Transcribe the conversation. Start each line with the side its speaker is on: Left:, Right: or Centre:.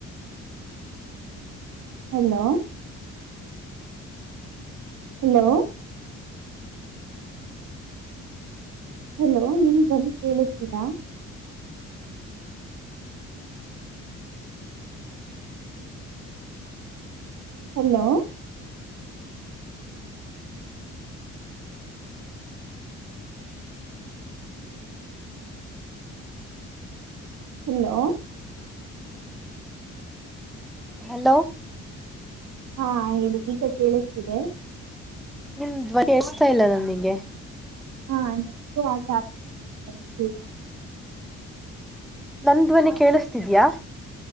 Right: ಹಲೋ ಹಲೋ ಹಲೋ ನೀನು ಬನ್ನಿ ಕೇಳಿಸ್ತೀರಾ ಹಲೋ ಹಲೋ
Centre: ಹಲೋ
Right: ಹಾ ಹೇಳಿ ಈಗ ಕೇಳಿಸ್ತಿದೆ
Centre: <unintelligible> ಎಸ್ತಾ ಇಲ್ಲ ನನಗೆ
Right: <unintelligible>
Centre: ನಂದ್ವನಿ ಕೇಳಿಸ್ತಿದಯಾ